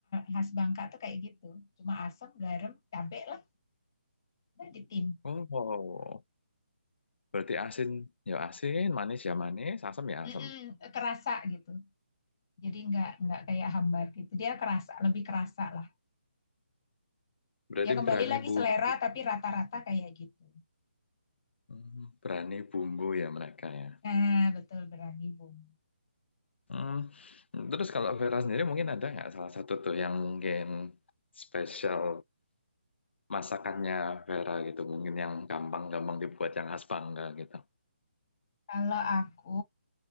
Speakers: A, on the left; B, on the left.
A: khas Bangka tuh kayak gitu. Cuma asam, garam, cabe lah, udah ditim.
B: Oh. Berarti asin ya asin, manis ya manis, asam ya
A: Mm-mm,
B: asam.
A: kerasa gitu. Jadi nggak nggak kayak hambar gitu. Dia kerasa, lebih kerasa lah.
B: Berarti
A: Ya kembali
B: berani
A: lagi
B: bumbu,
A: selera tapi rata-rata kayak gitu.
B: hmm, berani bumbu ya mereka ya.
A: Nah, betul berani bung.
B: Hmm. Terus kalau Vera sendiri mungkin ada nggak salah satu tuh yang mungkin spesial masakannya Vera gitu, mungkin yang gampang-gampang dibuat yang khas Bangka gitu.
A: Kalau aku,